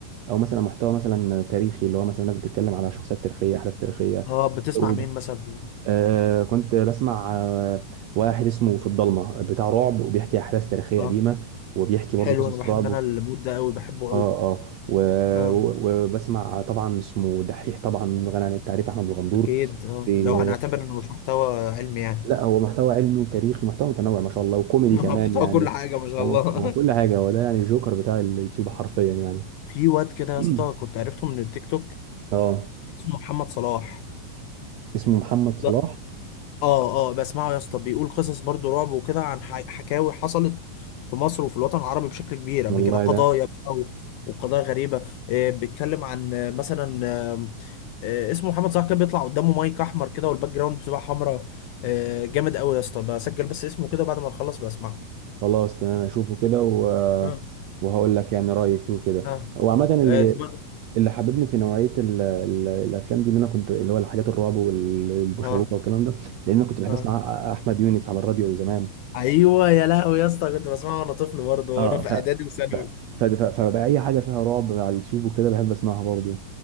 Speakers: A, on the right; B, on the left.
A: او مثلا محتوى مثلا تاريخي اللي هو مثلا ناس بتتكلم على شخصيات تاريخيه احداث تاريخيه
B: اه بتسمع
A: حروب
B: مين مثلا
A: آه كنت بسمع آه واحد اسمه في الضلمة بتاع رعب وبيحكي أحداث تاريخية
B: اه
A: قديمة وبيحكي
B: حلو
A: برضه قصص
B: انا بحب
A: رعب
B: انا
A: و-
B: المود ده قوي بحبه قوي
A: اه اه و-
B: اه
A: و- وبسمع طبعا اسمه دحيح طبعا غني عن التعريف أحمد الغندور
B: اكيد اه
A: بي...
B: لو هنعتبر انه مش محتوى علمي يعني
A: لا هو محتوى علمي وتاريخي محتوى متنوع ما شاء الله وكوميدي
B: <laughs> محتوى
A: كمان يعني
B: كل حاجه ما شاء
A: هو
B: الله
A: هو كل
B: <laughs>
A: حاجة هو ده يعني الجوكر بتاع اليوتيوب حرفيا يعني
B: في واد كده يا
A: <clears throat>
B: اسطى كنت عرفته من التيك توك
A: اه
B: اسمه محمد صلاح
A: اسمه محمد صلاح
B: لا اه اه بسمعه يا اسطى بيقول قصص برضو رعب وكده عن ح- حكاوي حصلت في مصر وفي الوطن العربي بشكل كبير قبل
A: والله
B: كده قضايا
A: ده
B: بقى و- وقضايا غريبة آه، بيتكلم عن آه، مثلا آه، آه، اسمه محمد صلاح كان بيطلع قدامه مايك احمر كده والباك جراوند بتبقى حمراء آه، جامد قوي يا اسطى بسجل بس اسمه كده بعد ما نخلص بسمعه
A: خلاص تمام اشوفه كده و...
B: اه
A: وهقول لك يعني رايي فيه وكده
B: اه
A: وعامه اللي
B: آه، طب-
A: اللي حببني في نوعيه ال... ال... الافلام دي ان انا كنت اللي هو الحاجات الرعب والمشوقه
B: اه
A: والكلام ده لان انا كنت بحب
B: اه
A: اسمع احمد يونس على الراديو زمان
B: ايوه يا لهوي يا اسطى كنت بسمعه وانا طفل برضه وانا
A: اه
B: في
A: ف...
B: اعدادي وثانوي
A: ف... ف... ف... فبقى اي حاجه فيها رعب على اليوتيوب وكده بحب اسمعها برضو